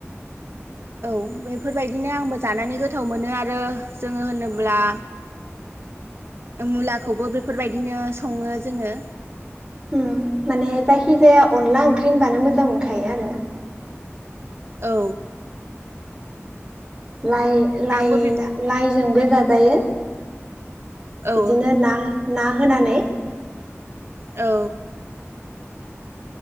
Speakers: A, on the right; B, on the right.
A: औ बेफोरबायदिनो आंबो जानानै गोथाव मोनो आरो जोङो होनोब्ला मुलाखौबो बेफोरबायदिनो सङो जोङो
B: उम माने जायखि जाया अनला ओंख्रि होनबानो मोजां मोनखायो आरो ना
A: औ
B: लाइ-लाइ-लाइजोंबो
A: आंबो बे
B: जा जायो
A: औ
B: इदिनो ना ना होनानै
A: औ